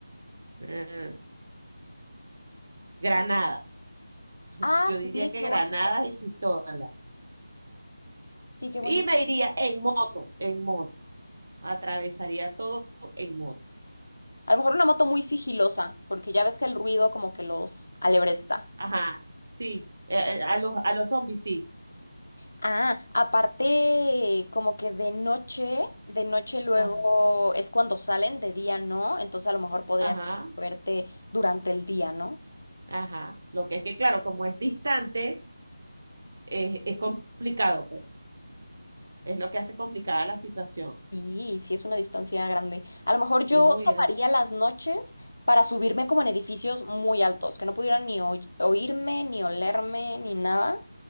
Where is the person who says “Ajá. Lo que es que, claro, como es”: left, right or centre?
Right